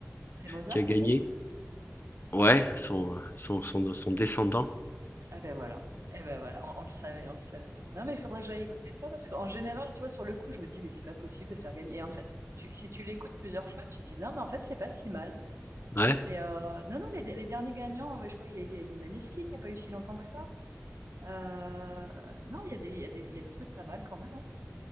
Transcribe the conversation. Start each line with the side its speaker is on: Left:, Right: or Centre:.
Right: C'est Mozart,
Left: qui a gagné.
Right: peut-être?
Left: Ouais, son, son, son, son descendant.
Right: Ah ben voilà. Eh ben voilà. On, on le savait, on le savait. Non, mais il faudrait que j'aille écouter ça parce qu'en général, tu vois, sur le coup, je me dis, mais c'est pas possible de faire gagner. Et en fait, tu- si tu l'écoutes plusieurs fois, tu te dis, non, mais en fait, c'est pas si mal.
Left: Ouais.
Right: C'est euh, Non, non, les, les derniers gagnants, euh, je crois, il y, a il y a eu Maneskin, il n'y a pas eu si longtemps que ça. Euh, Non, il y a des, il y a des, il y a des trucs pas mal quand même. hein.